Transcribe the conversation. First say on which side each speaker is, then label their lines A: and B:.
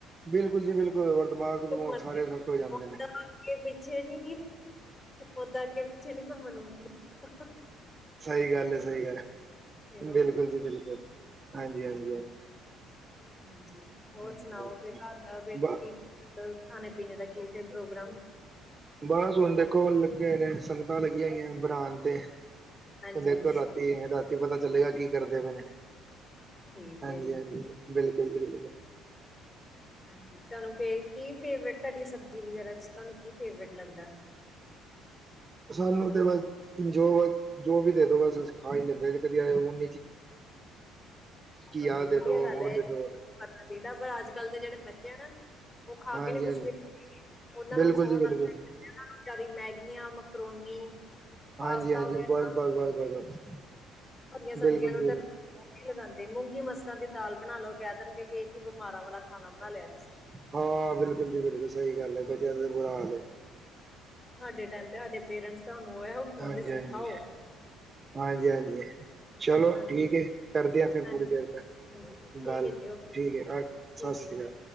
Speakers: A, on the right (about 20°); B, on the left (about 25°).
A: ਬਿਲਕੁਲ ਜੀ, ਬਿਲਕੁਲ ਹੋਰ? ਦਿਮਾਗ
B: ਘੁੰਮਣ
A: ਦਮੂਗ
B: ਲਈ।
A: ਸਾਰੇ ਸੱਟ ਹੋ ਜਾਂਦੇ
B: ਓਦਾਂ
A: ਨੇ।
B: ਅੱਗੇ ਪਿੱਛੇ ਨੀ ਓਦਾਂ ਅੱਗੇ ਪਿੱਛੇ ਨੀ ਘੁੰਮਣ ਆਉਦਾ।
A: ਸਹੀ ਗੱਲ ਹੈ ਸਹੀ ਗੱਲ
B: ਫਿਰੋ।
A: ਬਿਲਕੁਲ ਜੀ ਬਿਲਕੁਲ ਹਾਂਜੀ ਹਾਂਜੀ ਹ।
B: ਹਾਂਜੀ
A: ਹਾਂਜੀ
B: ਹੋਰ ਸੁਣਾਓ ਫਿਰ ਘਰ ਦਾ ਫਿਰ
A: ਬ
B: ਕੀ? ਖਾਣੇ ਪੀਣੇ ਦਾ ਕੀ ਫਿਰ ਪ੍ਰੋਗਰਾਮ?
A: ਬਸ ਹੁਣ ਦੇਖੋ ਕੋੋਲ ਲੱਗੇ ਹੋਏ ਨੇ ਸੰਗਤਾਂ ਲੱਗੀਆਂ ਹੋਈਆਂ ਬਣਾਣ ਤੇ ਹ
B: ਹਾਂਜੀ
A: ਦੇਖੋ ਰਾਤੀ ਰਾਤੀ ਪਤਾ ਚੱਲੇਗਾ ਕੀ ਕਰਦੇ ਪਏ ਨੇ।
B: ਠੀਕ
A: ਹਾਂਜੀ
B: ਹੈ ਜੀ
A: ਹਾਂਜੀ ਬਿਲਕੁਲ ਬਿਲਕੁਲ।
B: ਹਾਂਜੀ ਤੁਹਾਨੂੰ ਫਿਰ ਕੀ ਫੇਵਰੇਟ ਤੁਹਾਡੀ ਸਬਜ਼ੀ ਵਗੈਰਾ ਚ। ਤੁਹਾਨੂੰ ਕੀ ਫੇਵਰੇਟ ਲੱਗਦਾ?
A: ਸਾਨੂੰ ਤੇ ਬਸ ਜੋ ਜੋ ਵੀ ਦੇ ਦੋ ਬਸ ਖਾ ਹੀ ਲੈਂਦੇ ਕਦੇ ਐ ਓ ਨੀ। ਕੀ
B: ਹਾਂਜੀ
A: ਆਹ ਦੇ
B: ਵਧੀਆ
A: ਦੋ
B: ਗੱਲ
A: ਉਹ
B: ਹੈ
A: ਦੇ
B: ਇਹ। ਪਤਾ
A: ਦੋ
B: ਚਾਹੀਦਾ ਪਰ ਅੱਜ ਕੱਲ੍ਹ ਦੇ ਜਿਹੜੇ ਬੱਚੇ ਆ ਨਾ ਉਹ ਖਾ
A: ਹਾਂਜੀ
B: ਕੇ ਨ ਕੁਛ
A: ਹਾਂਜੀ
B: ਵੀ ਉਹਨਾਂ
A: ਬਿਲਕੁਲ
B: ਨੂੰ ਸੌ
A: ਜੀ
B: ਨ
A: ਬਿਲਕੁਲ
B: ਨੂੰ ਜਿਆ ਮੈ <unintelligible> ਕੀ ਆ ਮੈਕਰੋਨੀ।
A: ਹਾਂਜੀ
B: ਪਾਸਤਾ
A: ਹਾਂਜੀ
B: ਵਗੈਰਾ
A: ਬਸ ਬਸ ਬਸ ਬਸ ਬਸ
B: ਵਰਗੀਆਂ ਸਬਜ਼ੀਆਂ
A: ਬਿਲਕੁਲ
B: ਨੂੰ
A: ਜੀ ਬਿਲਕੁਲ
B: ਉਧਰ ਨੀ ਲਗਾਉਂਦੇ ਮੂੰਗੀ ਮਸਰਾਂ ਦੀ ਦਾਲ ਬਣਾ ਲੋ ਕਹਿ ਦੇਣਗੇ ਕਿ ਇਹ ਕੀ ਬਿਮਾਰਾਂ ਵਾਲਾ ਖਾਣਾ ਬਣਾ ਲਿਆ। ਤੁਸੀਂ
A: ਹਾਂ, ਬਿਲਕੁਲ ਜੀ, ਬਿਲਕੁਲ, ਸਹੀ ਗੱਲ ਹੈ ਬੱਚਿਆਂ ਦਾ ਬੁਰਾ ਹਾਲ ਏ।
B: ਸਾਡੇ ਟਾਈਮ ਤੇ ਸਾਡੇ ਪੇਰੈਂਟਸ ਸਾਨੂੰ ਇਹੋ ਕਹਿੰਦੇ
A: ਹਾਂਜੀ
B: ਸੀ
A: ਹਾਂਜੀ
B: ਖਾਓ।
A: ਹਾਂਜੀ ਹਾਂਜੀ ਚਲੋ
B: ਹਾਂਜੀ
A: ਠੀਕ ਹੈ ਕਰਦੇ ਆਂ ਫਿਰ
B: ਹਾਂਜੀ
A: ਥੋੜੀ ਦੇਰ ਤੱਕ।
B: ਹਾਂਜੀ ਠੀਕ
A: ਗੱਲ
B: ਹੈ ਜੀ ਓਕੇ
A: ਠੀਕ
B: ਜੀ
A: ਹੈ
B: ਠੀਕ
A: ਆ ਸਤਿ
B: ਹੈ
A: ਸ੍ਰੀ
B: ਜੀ
A: ਅਕਾਲ।